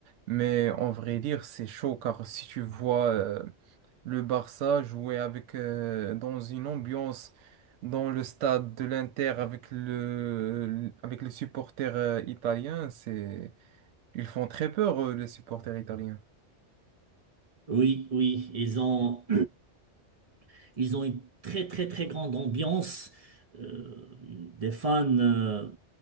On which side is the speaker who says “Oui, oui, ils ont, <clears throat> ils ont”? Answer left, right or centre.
Right